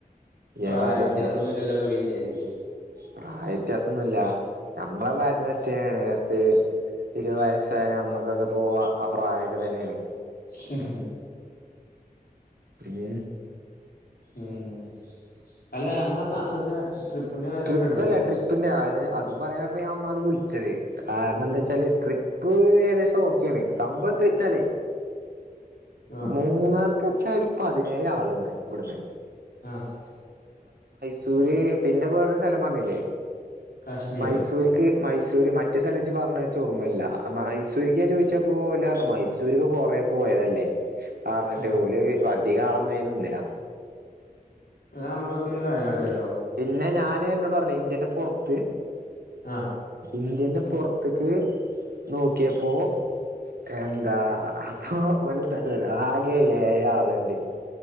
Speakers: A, on the left; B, on the right.
A: പ്രായവ്യത്യാസം
B: എന്താപ്പോ
A: ഒന്നൂല്ലല്ലോ ഇപ്പൊ വിന്റെജ്
B: പ്രായ വ്യത്യാസൊന്നുല്ല നമ്മളെ പ്രായത്തിന് പറ്റ്യേതന്നേണ് പത്ത് ഇരുപത് വയസായ നമ്മക്കൊക്കെ ആ പ്രായൊക്കെ തന്നെണ്
A: ഹു ഹും
B: മ്
A: മ് അല്ല നമ്മളെ അന്നത്തെ ട്രിപ്പിന്റെ കാര്യം
B: ട്രിപ്പ്ല്ല
A: റെഡിയല്ലേ
B: ട്രിപ്പിന്റെ അ അതും പറയാനപ്പോ ഞാനോന്നാമത് വിൾ ച്ചത് കാരണന്തേച്ചാല്
A: ഉം
B: ട്രി പ്പ് ഏകദേശം ഓക്കേണ് സംഭവം എന്ത്ച്ചാലേ
A: ആഹ്
B: മൂന്നാർ ച്ചാ ഒരു പതിനേഴ് ആളുണ്ട് ബ്ട്ന്ന്
A: ആഹ്
B: സൂര്യേ പിന്നെ വേറ ഒരു സ്ഥലം പറഞ്ഞിലെ
A: കാശ്മീരോ
B: മൈസൂര്ക്ക് മൈസൂര് മറ്റു സ്ഥല ജ്ജ് പറഞ്ഞത്ച്ച് ഓർമ്മല്ല മൈസൂര്ക്ക് ഞാൻ ചോയ് ച്ചപ്പോ ഓലറഞ്ഞു മൈസൂര് കൊറേ പോയതല്ലേ. ആ ർഞ്ഞിട്ട്
A: ആഹ്
B: ഓല് അ ധികാളൊന്നഴ്നിന്നില.
A: അതമ്മക്ക് ഒരു കാര്യം കാട്ടിയാലോ.
B: പിന്നെ ഞാന് അന്നോട് പറഞ്ഞിലെ ഇന്ത്യന്റെ പൊർത്ത്
A: ആഹ്
B: ഇന്ത്യന്റെ പൊർത്ത്ക്ക് നോക്കിയപ്പോ എന്താ അപ്പൊ ഓലെന്താട്ടു അറിയൊ ആകെ ഏഴാള്ണ്ട്.